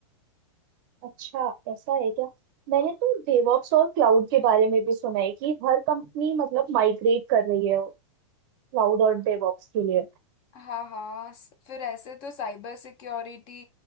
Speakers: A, on the right (about 40°); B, on the left (about 30°).
A: अच्छा ऐसा है क्या मैंने तो डेवऑप्स और क्लाउड के बारे में भी सुना है कि हर कंपनी मतलब माइग्रेट कर रही है क्लाउड और डेवऑप्स के लिए
B: हाँ हाँ स- फिर ऐसे तो साइबर सिक्योरिटी